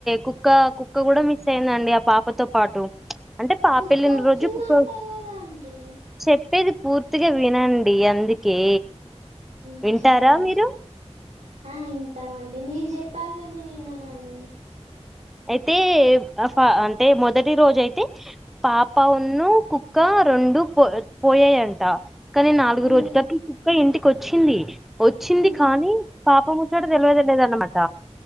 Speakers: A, in the centre; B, on the right (about 85°).
A: కుక్క కూడా మిస్ అయిందండి ఆ పాపతో పాటు అంటే పాపాయెల్లిన
B: కుక్క వచ్చిందంట
A: రోజు కుక్క
B: కదండి
A: చెప్పేది పూర్తిగా వినండి అందుకే
B: హు
A: వింటారా
B: చెప్పండి నిజం
A: మీరు
B: వింటామండి. మీరు చెప్పాలగాని నేను విననా అండి?
A: అయితే అంటే మొదటి రోజు అయితే పాపను, కుక్క రెండు పోయాయంట. కానీ నాలుగు
B: ఉమ్,
A: రోజులకి కుక్క ఇంటికి వచ్చింది. వచ్చింది
B: ఉమ్,
A: కానీ పాప ముచ్చోట తెలివనేే తెల్వదన్నమాట.